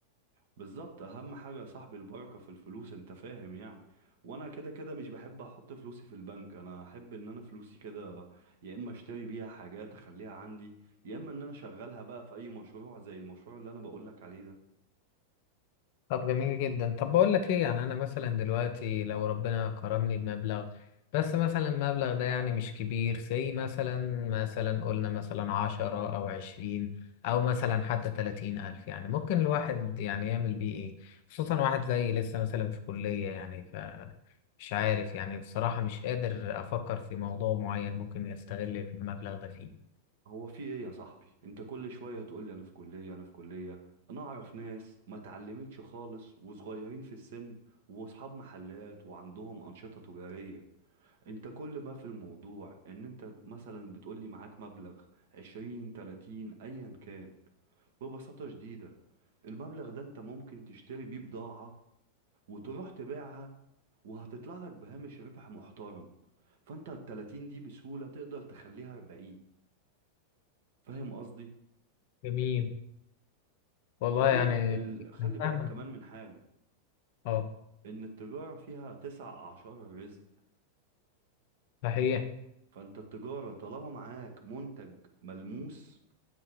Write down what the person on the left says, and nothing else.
طب جميل جدا طب بقول لك ايه يعني انا مثلا دلوقتي لو ربنا كرمني بمبلغ بس مثلا المبلغ ده يعني مش كبير زي مثلا مثلا قلنا مثلا عشرة او عشرين او مثلا حتى تلاتين الف يعني ممكن الواحد يعني يعمل بيه ايه خصوصا واحد زي لسه مثلا في كلية يعني فمش عارف يعني بصراحة مش قادر افكر في موضوع معين ممكن يستغل المبلغ ده فيه
جميل والله
يعني
أنا
فاهمك
اه
صحيح